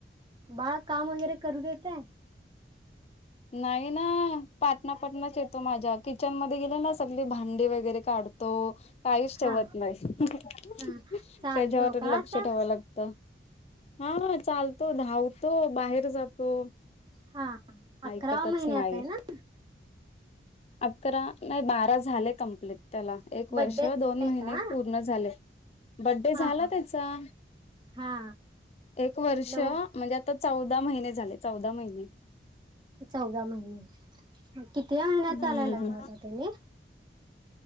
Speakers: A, on the right; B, on the left.
A: बाळा काम वगैरे करू देतय?
B: नाही ना पाटणापटणाच येतो माझ्या. किचन मध्ये गेले ना सगली भांडी वगैरे काढतो. काहीच ठेवत
A: हा
B: नाही हं हं
A: हा चालतो
B: त्याच्यावर
A: का
B: लक्ष
A: आता?
B: ठेवाय लाग त हा चालतो धावतो बाहेर जातो.
A: हा अकरा
B: ऐकतच
A: महिन्याचा
B: नाही
A: आहे ना?
B: अकरा नाही बारा झाले कम्प्लीट त्याला एक वर्ष
A: बड्डे
B: दोन
A: आहे
B: महिने
A: का?
B: पूर्ण झाले. बड़्डे
A: हा
B: झाला
A: हा
B: त्याचा
A: हा
B: एक वर्ष
A: लव
B: म्हणजे आता चौदा महिने झाले चौदा महिने.
A: चौदा महिने मग कितव्या महिन्यात
B: हम्म.
A: चालाय लागला होता त्यानी?